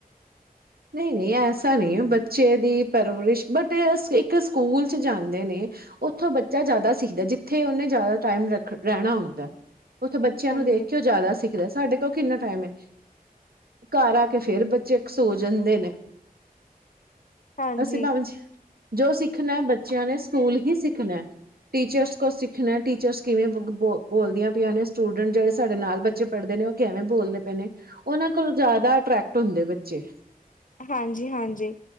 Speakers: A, on the right; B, on the left.
A: ਨਹੀਂ ਨਹੀਂ ਐਸਾ ਨਹੀਂ ਬੱਚੇ ਦੀ ਪਰਵਰਿਸ਼ ਬਟ ਇੱਕ ਸਕੂਲ ਚ ਜਾਂਦੇ ਨੇ। ਉੱਥੋਂ ਬੱਚਾ ਜਿਆਦਾ ਸਿੱਖਦਾ ਜਿੱਥੇ ਉਹਨੇ ਜਿਆਦਾ ਟਾਈਮ ਰ ਰਹਿਣਾ ਹੁੰਦਾ। ਉੱਥੇ ਬੱਚਿਆਂ
B: ਹਾਂਜੀ
A: ਨੂੰ ਦੇਖ ਕੇ ਉਹ ਜ਼ਿਆਦਾ ਸਿੱਖ ਦਾ ਸਾਡੇ ਕੋਲ ਕਿੰਨਾ ਟਾਈਮ ਹੈ ਘਰ ਆ ਕੇ ਫੇਰ ਬੱਚੇ ਇੱਕ ਸੋਚ ਜਾਂਦੇ ਨੇ
B: ਹਾਂਜੀ
A: ਅਸੀ ਭਵੇਂ ਜੋ ਸਿੱਖਣਾ ਬੱਚਿਆਂ ਨੇ ਸਕੂਲ ਹੀ ਸਿੱਖਣਾ। ਟੀਚਰਸ ਕੋ ਸਿੱਖਣਾ ਟੀਚਰਸ ਕਿਵੇਂ ਬ ਬੋਲਦੀਆਂ ਪਈਆਂ ਨੇ ਸਟੂਡੈਂਟ ਜਿਹੜੇ ਸਾਡੇ ਨਾਲ ਬੱਚੇ ਪੜ੍ਹਦੇ ਨੇ ਉਹ ਕਿਵੇਂ ਬੋਲਦੇ ਪਏ ਨੇ ਉਹਨਾਂ ਕੋਲੋਂ ਜ਼ਿਆਦਾ ਅਟਰ੍ਰੈਕਟ ਹੁੰਦੇ ਬੱਚੇ
B: ਹਾਂਜੀ, ਹਾਂਜੀ